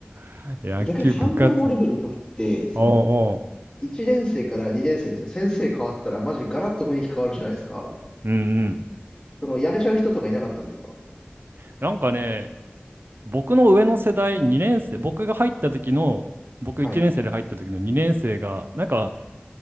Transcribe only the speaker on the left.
逆にハンドボール部の時って、その、
1年生から2年生でその先生変わったら、マジガラッと雰囲気変わるじゃないですか。
その、辞めちゃう人とかいなかったんですか
はい。